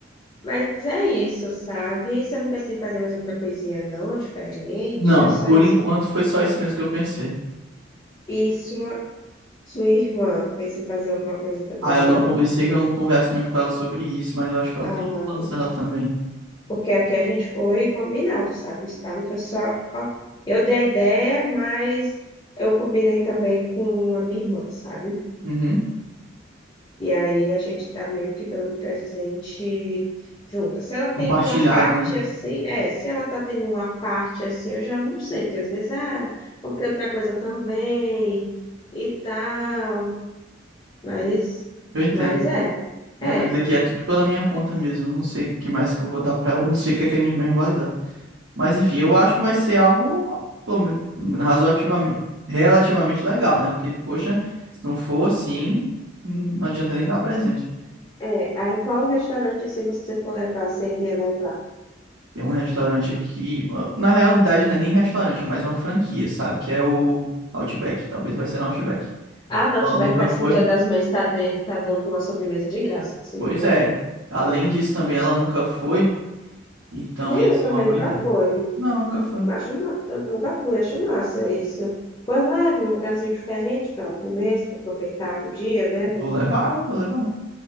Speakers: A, on the left; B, on the right.
A: Mas é isso, sabe? Você não pensa em fazer mais outra coisinha, não, é diferente,
B: Não,
A: é só
B: por
A: isso.
B: enquanto foi só isso mesmo que eu pensei.
A: Isso Sua irmã pensa em fazer alguma coisa também,
B: Ah, eu
A: não?
B: não conversei, que eu não converso muito com ela sobre isso, mas eu acho que ela
A: Ah,
B: tem planos dela também.
A: porque aqui a gente foi combinado, sabe? O spa não foi só. Eu dei a ideia, mas eu combinei também com a minha irmã, sabe?
B: Uhum.
A: E aí a gente tá meio que dando presente junto. Se ela tem
B: Compartilhado,
A: uma parte
B: né?
A: assim, é, se ela tá tendo uma parte assim, eu já não sei, porque às vezes, ah, comprei outra coisa também e tal. Mas,
B: Eu entendo.
A: mas é.
B: É,
A: É,
B: mas aqui é tudo pela minha conta mesmo. eu Não sei o que mais que eu vou dar pra ela, eu não sei o que é que a minha mãe vai dar. Mas enfim, eu acho que vai ser algo pelo menos, razoativamente, relativamente legal, né? Porque, poxa, se não for assim, não adianta nem dar presente.
A: É, aí qual restaurante, se você for levar, você iria levar?
B: Tem um restaurante aqui, na realidade não é nem restaurante, é mais uma franquia, sabe? Que é o Outback, talvez vai ser no Outback.
A: Ah, Outback
B: Ela nunca
A: parece
B: foi?
A: que no Dia das Mães tá, dentro, tá dando uma sobremesa de graça, se não
B: Pois
A: me engano.
B: é. Além disso também ela nunca foi, então
A: Nem
B: ia
A: eu
B: ser
A: também
B: uma boa
A: nunca
B: ideia.
A: fui.
B: Não, nunca foi.
A: Acho, ma- eu nunca fui, acho massa isso. Pois leva um lugarzinho diferente para comer, se aproveitar o dia, né?
B: Vou levar, vou levar.